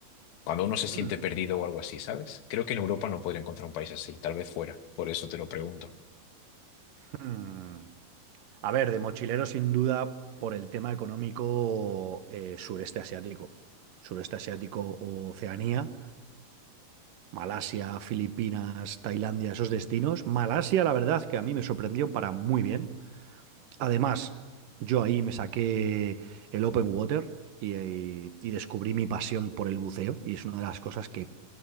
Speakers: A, on the left; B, on the right.
A: cuando uno se siente
B: Hmm,
A: perdido o algo así, ¿sabes? Creo que en Europa no podría encontrar un país así, tal vez fuera, por eso te lo pregunto.
B: hmm. A ver, de mochilero sin duda por el tema económico eh, sureste asiático. Sureste asiático, o Oceanía, Malasia, Filipinas, Tailandia, esos destinos. Malasia, la verdad, que a mí me sorprendió para muy bien. Además, yo ahí me saqué el open water y, y- y descubrí mi pasión por el buceo. Y es una de las cosas que,